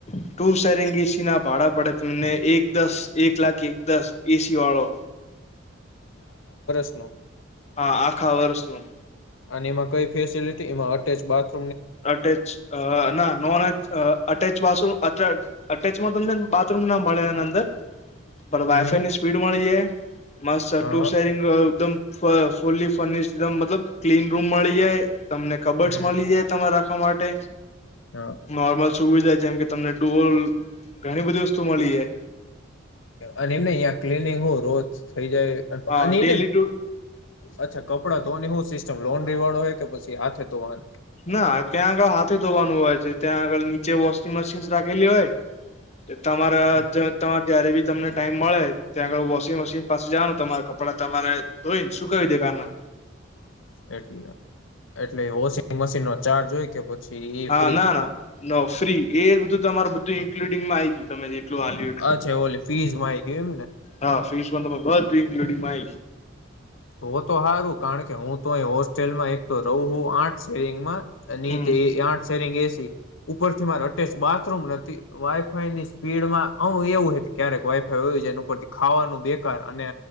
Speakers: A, on the left; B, on the left.
A: ટુ શેરિંગ એસીી ના ભાડા પડે તમને એક દસ એક લાખ એક દસ એસી વાળો
B: પ્રશ્નો
A: હા આખા વર્ષનું
B: અને એમાં કઈ ફેસિલિટી એમાં અટેચ બાથ
A: અટેચ ના નોન અ અટેચથરૂમ અ અટેચમાં તમનેને બાથરૂમ ના મળે એની અંદર વાયફાઈની
B: હમ
A: સ્પીડ મળી જાય માસ્ ટુ
B: હા
A: સરંગમ ફુલી ફર્નિશલ ક્લીન રૂમ મળી જાય તમને કબડ
B: હમ
A: મળી જાય તમા રાખવા માટે
B: હા
A: નોર્મલ સુવિધા જેમ કે તમને ડોલ ઘણી બધી વસ્તુ મળી છે
B: અને એમને અહં ક્લીનિંગ હું રોજ જ
A: હા ડેલી ટુ
B: મેછા કપડા તો લોન રિવાડો હોય કે પછી હાથ તો આને
A: ના ત્યાં આગળ હાથે ધોવાનું હોય
B: હમ
A: છે ત્યાં આગળ નીચે વોશિંગ મશીનસ રાખેલી હોય તમારા
B: હમ
A: તમારે ત્યારે બી તમને ટાઈમ મળે ત્યાં આળ વોશિંગ મશીન પાસે જનું તમારે કપડા તમારે ધોઈને સુક દેખના
B: એટલે એટલે વોશિંગ મશીન નો ચાર્જ હોય કે પછી એ
A: હા
B: ફ્રી
A: ના ના ન ફ્રી એ બધું તમારું બધું ઇન્ક્લુડિંગમાં આ ગયું તમે આલુ એટલું
B: અચ્છા ઓલી ફીસ માં આઈ ગયું એમ ને
A: હા ફીસ મફત ઇકલુડીગ મઇ
B: તો તો સારું કારણ કે હું તોહી હોસ્ટેલમાં એક તો રહું આઠ સેરિંગમાં હી
A: હમ
B: તે એ આઠ કરીએ એસી ઉપરથીરથી બાથરુમ નથી વાઈફાઈની સ્પીડમાં અ એવું ક્યારેક વાઈફાઈ હોું એ ઉપથી ખાવાનું બેકાર અને